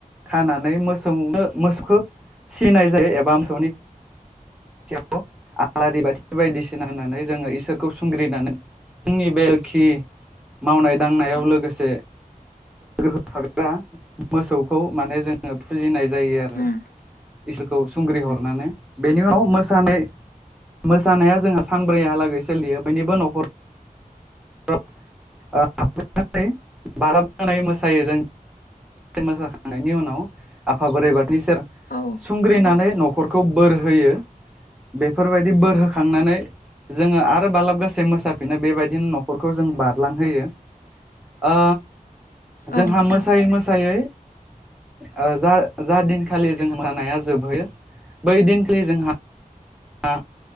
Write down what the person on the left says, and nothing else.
उम
औ
औ नोंथां